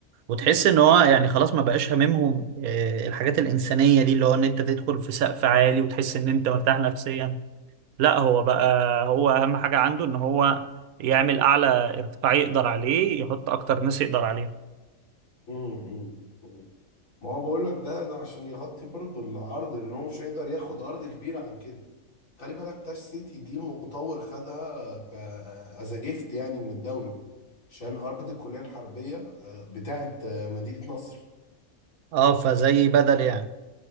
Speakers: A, on the right; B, on the left.
A: وتحس ان هو يعني خلاص ما بقاش هاممهم آه، الحاجات الانسانيه دي اللي هو ان انت تدخل في سقف عالي وتحس ان انت مرتاح نفسيا لا هو بقى هو اهم حاجه عنده ان هو يعمل اعلى ارتفاع يقدر عليه يحط اكتر ناس يقدر عليه
B: امم ما هو بقول لك ده, ده عشان يغطي برضه العرض لان هو مش هيقدر ياخد ارض كبيره عن كده خلي بالك تاش سيتي دي المطور خدها ك از جيفت يعني من الدوله عشان ارض الكليه الحربيه آه، بتاعه آه، مدينه نصر
A: اه فزي بدل يعني